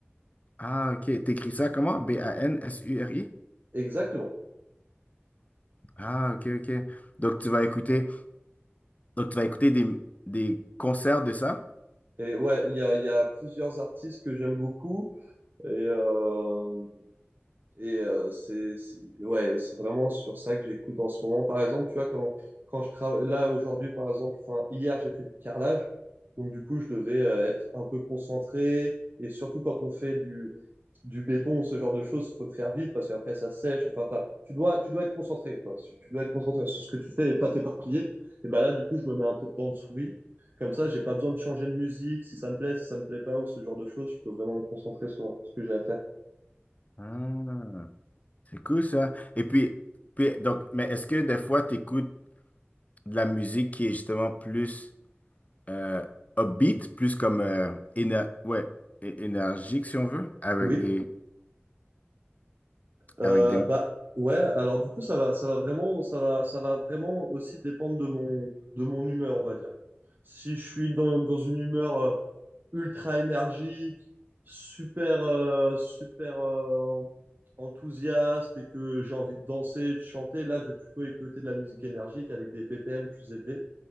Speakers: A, on the left; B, on the right.
A: Ah, ok. T'écris ça comment? B-A-N-S-U-R-I?
B: Exactement.
A: Ah, ok, ok. Donc, tu vas écouter, donc tu vas écouter des, des concerts de ça?
B: Et ouais, il y a, il y a plusieurs artistes que j'aime beaucoup, et, euh, Et euh, c'est, c'est, ouais, c'est vraiment sur ça que j'écoute en ce moment. Par exemple, tu vois, quand, quand je travaille là aujourd'hui, par exemple, enfin, hier, j'ai fait du carrelage. Donc, du coup, je devais euh, être un peu concentré. Et surtout, quand on fait du, du béton ou ce genre de choses, il faut le faire vite parce qu'après, ça sèche. Enfin, t'as- tu dois, tu dois être concentré, quoi. Tu dois être concentré sur ce que tu fais et pas t'éparpiller. Et ben là, du coup, je me mets un peu de bande souris. Comme ça, j'ai pas besoin de changer de musique. Si ça me plaît, si ça me plaît pas ou ce genre de choses, je peux vraiment me concentrer sur ce que j'ai à faire.
A: Ah, c'est cool ça. Et puis, puis donc, mais est-ce que des fois, tu écoutes de la musique qui est justement plus. euh, upbeat, plus comme euh, éner- ouais, é- énergique si on veut, avec
B: Oui.
A: des
B: Euh,
A: avec des
B: bah ouais, alors du coup ça va, ça va vraiment, ça va, ça va vraiment aussi dépendre de mon, de mon humeur, on va dire. Si je suis dans, dans une humeur euh, ultra énergique, super, euh, super euh, enthousiaste et que j'ai envie de danser, de chanter, là je vais plutôt écouter de la musique énergique avec des BPM plus élevés.